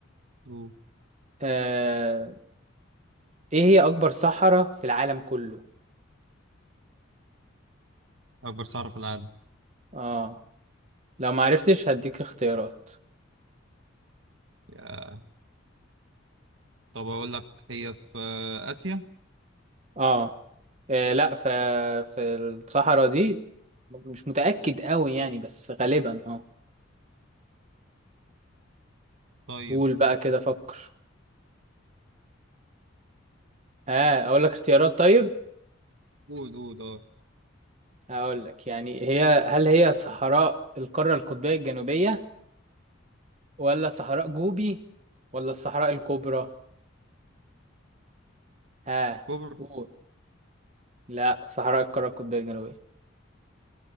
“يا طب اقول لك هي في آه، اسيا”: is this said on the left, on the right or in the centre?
Right